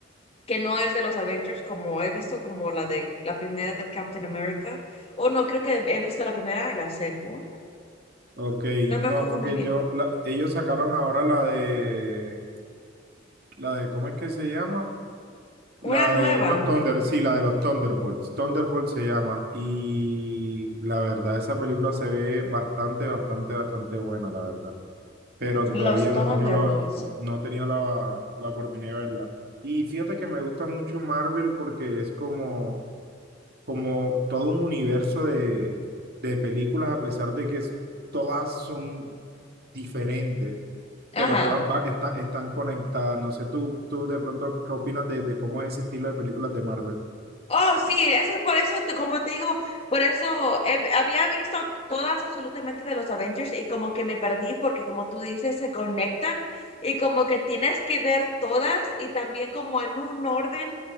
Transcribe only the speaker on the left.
que no es de los Avengers, como he visto como la de la primera de Captain America. O no, creo que he visto la primera y la segunda.
No
me acuerdo
muy bien.
Una
nueva.
Los Thunderbolts.
Ajá.
Oh, sí, eso es por eso, te- como te digo, por eso eh, había visto todas absolutamente de los Avengers y como que me perdí porque como tú dices, se conectan y como que tienes que ver todas y también como en un orden